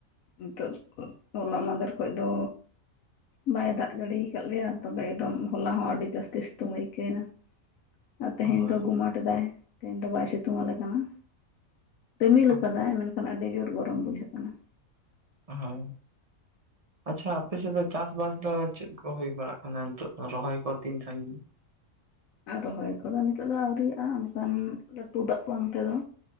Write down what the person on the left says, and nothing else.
ᱱᱤᱛᱚᱜ ᱦᱚᱞᱟ ᱢᱟᱫᱷᱮᱨ ᱠᱷᱚᱡ ᱫᱚ ᱵᱟᱭ ᱫᱟᱜ ᱡᱟᱹᱲᱤ ᱠᱟᱫ ᱞᱮᱭᱟ ᱛᱚᱵᱮ ᱮᱠᱫᱚᱢ ᱦᱚᱞᱟ ᱦᱚᱸ ᱟᱹᱰᱤ ᱡᱟᱹᱥᱛᱤ ᱥᱤᱛᱩᱝ ᱟᱹᱭᱠᱟᱹᱣ ᱮᱱᱟ
ᱟᱨ ᱛᱮᱦᱮᱧ
ᱫᱚ ᱜᱩᱢᱟᱴ ᱫᱟᱭ ᱛᱮᱦᱮᱧ ᱫᱚ ᱵᱟᱭ ᱥᱤᱛᱩᱝ ᱟᱞᱮ ᱠᱟᱱᱟ᱾ ᱨᱤᱢᱤᱞ ᱟᱠᱟᱫᱟᱭ
ᱢᱮᱱᱠᱷᱟᱱ ᱟᱹᱰᱤ ᱡᱳᱨ ᱜᱚᱨᱚᱢ ᱵᱩᱡᱷᱟᱹᱜ ᱠᱟᱱᱟ᱾
ᱟᱨ ᱨᱚᱦᱚᱭ ᱠᱚᱫᱚ ᱱᱤᱛᱚᱜ ᱫᱚ ᱟᱹᱣᱨᱤᱭᱟᱜ-ᱟ ᱢᱮᱱᱠᱷᱟᱱ ᱞᱟᱹᱴᱩ ᱫᱟᱜ ᱵᱟᱝ ᱛᱮᱫᱚ